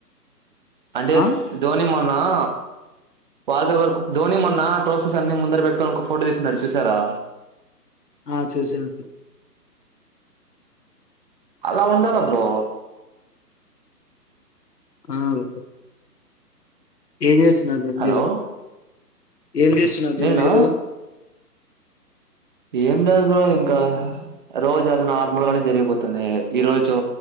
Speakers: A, on the right; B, on the left.
A: అంటే
B: ఆ
A: ధోని మె ఆ వాల్ పేపర్ ధోని మొన్న ట్రోఫీస్ అన్ని ముందర పెట్టుకొని ఒక ఫోటో తీసుకున్నాడు చూసారా?
B: ఆ చూసాను బ్రో
A: అలా ఉండాల బ్రో
B: ఆ బ్రో ఏ చేస్ బ్రో
A: హలో
B: మీరు ఏం చేస్తున్నారు బ్రో
A: నేనా
B: మీరు
A: ఏం లేదు బ్రో ఇంకా రోజు నార్మల్ గానే జరిగిపోతుంది ఈ రోజు